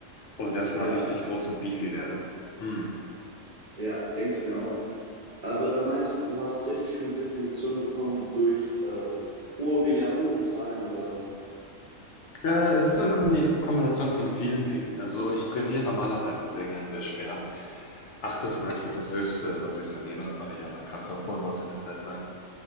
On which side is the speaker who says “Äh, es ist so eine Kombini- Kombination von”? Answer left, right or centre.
Left